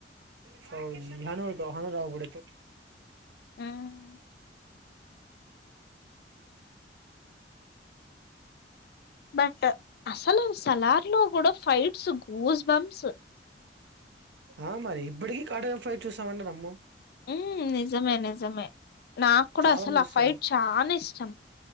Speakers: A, on the right; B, on the left.
A: ఫౌజీ హనూతు హను రాగూడదు
B: హ్మ్. బట్ అసలు సలార్ లో గూడ ఫైట్స్ గూస్ బంప్స్
A: ఆ మరి ఇప్పటికీ కాటం ఫైట్ చూసామన్నదమ్ము
B: ఉమ్ నిజమే నిజమే నాక్కుడసలు
A: చాలా మంది
B: ఆ
A: చూస్తారు
B: ఫైట్ చానిష్టం